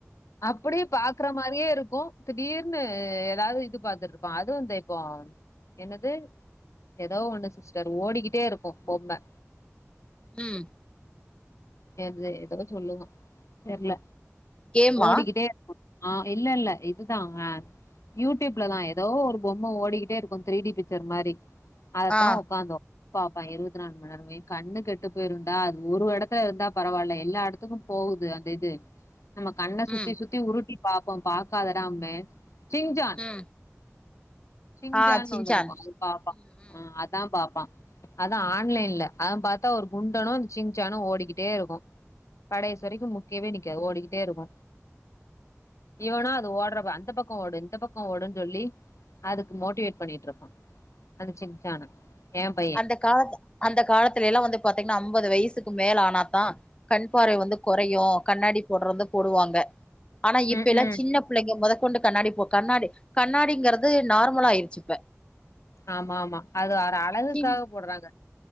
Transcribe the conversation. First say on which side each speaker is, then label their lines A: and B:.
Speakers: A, on the left; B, on the left.
A: அப்டியே பா க்கற மாரியே இருக்கு திடீர்னு எதாவது இது பாத்துட்டு இருப்பான் அது வந்து இப்போ என்னது எதோ ஒண்ணு சிஸ்டர் ஓடிக்கிட்டே இருக்கு பொம்ம
B: ம்
A: எது எதோ சொல்லுவான் தெர்ல
B: கேமா
A: ஓடிக்கிட்டே இருக்கு ஆ இல்ல இல்ல இதுதான் அ யூடியூப்லதான் எதோ ஒரு பொம்ம ஓடிக்கிட்டே இருக்கு த்ரீ டி பிச்சர் மாரி அதத்தான்
B: ஆ
A: ஒக்காந்தோ பாப்பான் இருவத்தி நாலு மண் நேரமு ஏ கண்ணு கெட்டு போயிருண்டா அது ஒரு எடத்துல இருந்தா பரவால எல்லா எட த்துக்கும் போகுது அந்த இது நம்ம கண்ண சுத்தி
B: ம்
A: சுத்தி உருட்டி பாப்போம் பாக்காதடான்ப சிங்ஜான்
B: ம்
A: சிங்ஜான்னு
B: ஆ சின்சான்
A: ஒண்ணு இருக்கு அது பாப்பான்
B: ம் ம்
A: அ அதான் பாப்பான் அதான் ஆன்லைன்லா அதான் பாத்தா ஓரு குண்டணு சின்ச்சானு ஒடிகிட்டே இருக்கு கடைசி வரைக்கு நிக்கவே நிக்காது ஓடிக்கிட்டே இருக்கு இவனா அது ஓடுறப்ப அந்த பக்கோ ஓடு இந்த பக்கோ ஓடுனு சொல்லி அதுக்கு மோட்டிவேட் பண்ணிட்டு இருப்பான் அந்த சின்சான என் பையன்
B: அந்த கால அந்த காலத்துல எல்லா வந்து பாத்தீங்கன்னா அம்பது வயசுக்கு மேல ஆனாத்தா கண் பார்வை வந்து கொறயு கண்ணாடி போடறத போடுவாங்க ஆனா இப்பயெல்லா
A: ம்ம்.
B: சின்ன பிள்ளைங்க மொத கொண்டு கண்ணாடி போ கண்ணாடி கண்ணாடிங்கிறது நார்மலா ஆயிருச்சு இப்ப
A: ஆமாமா அது அழகுக்காக
B: சின்
A: போடுறாங்க